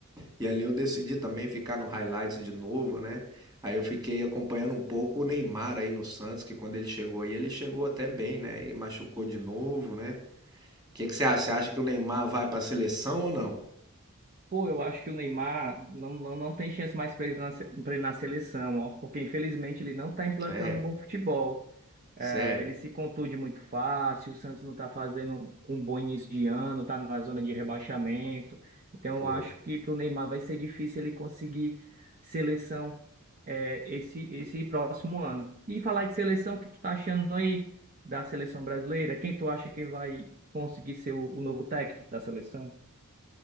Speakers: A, on the right (about 20°); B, on the right (about 40°).
A: e ali eu decidi também ficar no highlights de novo, né? Aí eu fiquei acompanhando um pouco o Neymar aí no Santos, que quando ele chegou aí, ele chegou até bem, né? E machucou de novo, né? O que que você acha? Você acha que o Neymar vai pra seleção ou não?
B: Pô, eu acho que o Neymar não, não, não tem chance mais para ele na, se- pra ele na seleção, ó, porque infelizmente ele não está emplacando
A: É,
B: um bom futebol. É,
A: sério,
B: ele se contunde muito fácil, o Santos não está fazendo um bom início de ano, está na zona de rebaixamento. Então,
A: pô.
B: eu acho que para o Neymar vai ser difícil ele conseguir seleção é, esse, esse próximo ano. E falar de seleção, o que tu tá achando aí da seleção brasileira? Quem tu acha que vai conseguir ser o, o novo técnico da seleção?